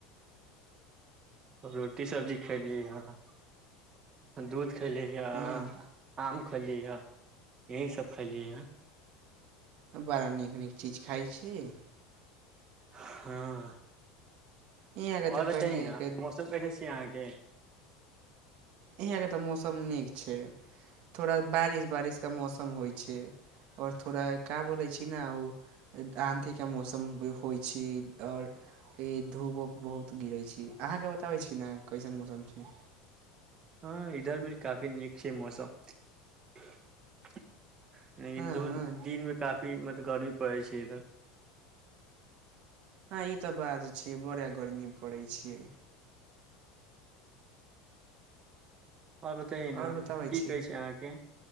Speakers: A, on the right (about 30°); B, on the right (about 55°).
A: रोटी, सब्जी खेयली हय, दूध खेलिया
B: हँ
A: आम खेलियै हय, यही सब खलियै हय।
B: बड़ा नीक-नीक चीज खाय छी।
A: हाँ।
B: यहाँके
A: और
B: तऽ
A: बताई
B: खैनी
A: ना
B: के
A: मौसम कैसे छियै अहाँके।
B: यहाँ के तऽ मौसम नीक छै, थोड़ा बारिश-बारिश का मौसम होय छै और थोड़ा का बोलै छी ना उ आँधी का मौसम होय छी और ई धूप-उप बहुत गिरै छी, अहाँ के बताबै छी ने कैसन मौसम छै।
A: हाँ इधर भी काफी नीक छै मौसम। लेकिन
B: हँ
A: दून दिन मे का दिन मे ते गरमी पड़ै छै इधर।
B: हाँ ई तऽ बात छी बड़ा गर्मी पड़ै छी।
A: और बताई ना
B: आओर बताबै
A: की
B: छी
A: कहै छै अहाँके।